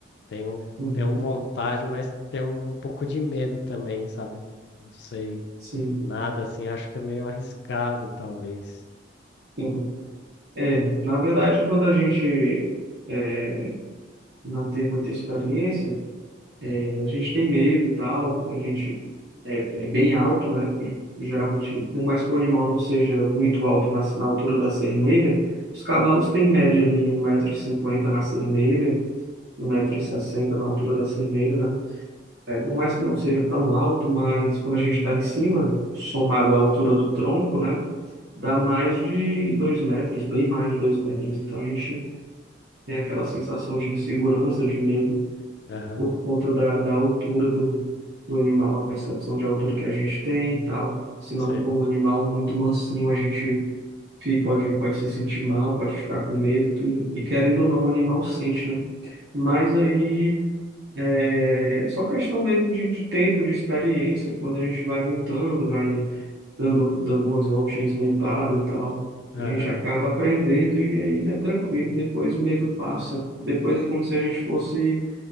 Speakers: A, on the left; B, on the right.
A: Tenho,
B: Uhum.
A: tenho vontade, mas tenho um pouco de medo também, sabe? Não não sei
B: Sim.
A: nada assim. Acho que é meio arriscado, talvez.
B: Uhum. É, na verdade, quando a gente é, não ter muita experiência, eh, a gente tem medo e tal, a gente é, é bem alto, né? E, geralmente, por mais que o animal não seja muito alto na, na altura da cerneira, os cavalos têm em média ali um metro e cinquenta na cerneira, um metro e sessenta na altura da cerneira, né? É, por mais que não seja tão alto, mas quando a gente está em cima, somado à altura do tronco, né? Dá mais de 2 metros, bem mais de 2 metros. Então a gente tem aquela sensação de insegurança, de medo.
A: Aham,
B: por conta da, da altura do, do animal, a percepção de altura que a gente tem e tal. Se não
A: sei.
B: for um animal muito mansinho, a gente fi- pode, pode se sentir mal, pode ficar com medo, tudo. E querendo ou não, o animal sente, né? Mas aí é só questão mesmo de, de tempo, de experiência, quando a gente vai montando, vai dando, dando umas voltinhas montado e tal.
A: Aham.
B: A gente acaba aprendendo e aí é tranquilo, depois o medo passa. Depois é como se a gente fosse